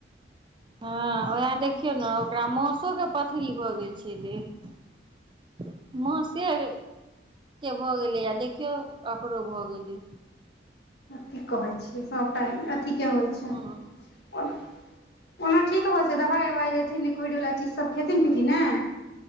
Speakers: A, on the right; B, on the left.
A: हँ ओह देख <unintelligible> देखियौ न ओकरा मौसो केँ पथरी भऽ गेल छलैक मौसे भऽ गेलय आ देखियौ ओकरो भऽ गेलय।
B: की कहय छियैक सभटा केँ होइ छैक
A: हूँ
B: ओना ओना ठीक भ जेतै दवाइ उवाइ लेथिन लिक्विड वला चीजसभ खेथिन पीथिन ने